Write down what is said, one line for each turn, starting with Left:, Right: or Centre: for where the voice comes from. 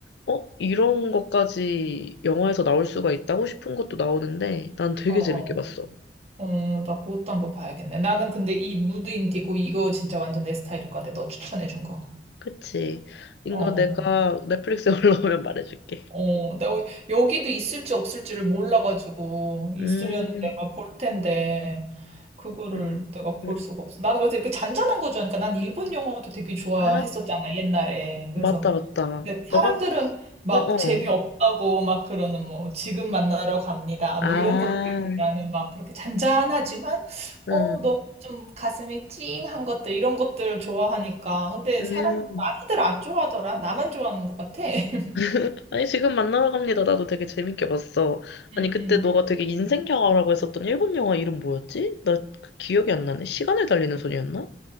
Left: 어? 이런 것까지 영화에서 나올 수가 있다고 싶은 것도 나오는데, 난 되게
Right: 어, 어,
Left: 재밌게 봤어.
Right: 어, 나 그것도 한번 봐야겠네. 나는 근데 이 무드 인디고 이거 진짜 완전 내 스타일일 것 같아. 너 추천해준 거.
Left: 그치. 이거
Right: 어,
Left: 내가 넷플릭스에 <laughs> 올라오면 말해줄게.
Right: 어, 내가 여기도 있을지 없을지를 몰라가지고, 있으면
Left: 음,
Right: 내가 볼 텐데, 그거를
Left: 음,
Right: 내가 볼
Left: 음.
Right: 수가 없어. 나는 그래서 이렇게 잔잔한 거 좋아하니까 난 일본 영화도 되게 좋아했었잖아,
Left: 아,
Right: 옛날에. 그래서
Left: 맞다, 맞다.
Right: 근데
Left: 너가,
Right: 사람들은 막
Left: 어어.
Right: 재미없다고 막 그러는 뭐 지금 만나러 갑니다.
Left: 아,
Right: 뭐 이런 것들 나는 막 그렇게 잔잔하지만 어,
Left: 응,
Right: 너 좀 가슴이 찡한 것들 이런 것들 좋아하니까. 근데
Left: 음.
Right: 사람 많이들 안 좋아하더라. 나만 좋아하는 것 같아. <laughs>
Left: <laughs> 아니, 지금 만나러 갑니다. 나도 되게 재밌게 봤어.
Right: 음,
Left: 아니, 그때
Right: 음.
Left: 너가 되게 인생 영화라고 했었던 일본 영화 이름 뭐였지? 나그 기억이 안 나네. 시간을 달리는 소녀였나?